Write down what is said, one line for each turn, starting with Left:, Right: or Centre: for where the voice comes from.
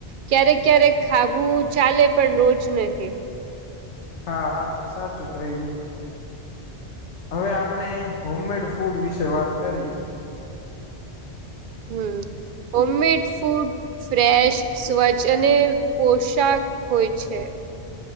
Right: ક્યારેક-ક્યારેક ખાવું ચાલે પણ રોજ નહી.
Left: હાથ, સાચું કહયું. હવે આપણે હોમમેડ ફૂડ વિશે વાત કરીએ.
Right: હમ્મ, હોમમેડ ફૂડ ફ્રેશ, સ્વચ્છ અને પોશક હોય છે.